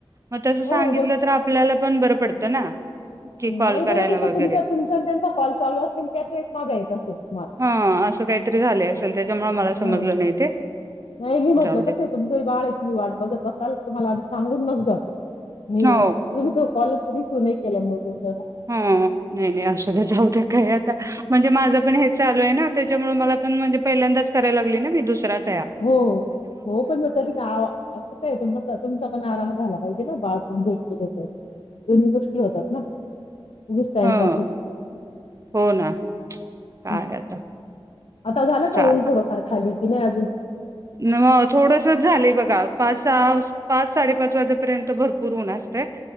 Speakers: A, on the right; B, on the left.
A: म तसं सांगितलं
B: हो हो
A: तर आपल्याला पण बरं पडतं ना की
B: नाय
A: कॉल करायला
B: बहुतेक त
A: वगैरे
B: तुमचा तुमचा त्यांचा कॉल चालू असेल त्याच वेळेस माझा येत असेल. तुम्हाला
A: हा असं काहीतरी झालं असेल. त्याच्यामुळे मला समजलं
B: हं
A: नाही ते
B: नाय मी म्हटलं
A: जाऊ दे
B: कसंय तुमचं बाळय तुम्ही वाट बघत बसाल तुम्हाला आधी सांगून मग जाऊ मी
A: हो
B: तुम्ही तो कॉल रिसिव्ह नाय केल्या मुळगून --
A: हं नाही नाही असुदे जाऊ दे काय यात -- म्हणजे माझं पण हेच चालूय ना त्याच्यामुळे मला पण म्हणजे पहिल्यांदाच कराला लागली ना मी दुसरा --
B: हो हो होपण तरी ना कस आहे तुम तुमचा पण आराम झाला पाहिजे ना बाळ पण झोप -- ठीक हाय साहेब. दोन्ही गोष्टी होतात ना. उगीच टाइमपास
A: हं
B: होतो.
A: हो ना काय
B: हं.
A: आता
B: आता झाला
A: चाल
B: का ऊन थोडंफार खाली? कि नाही अजुन --
A: मग थोडस झालं बघा पाच सहा पाच साडे पाच वाजेपर्यंत भरपूर ऊन असतय.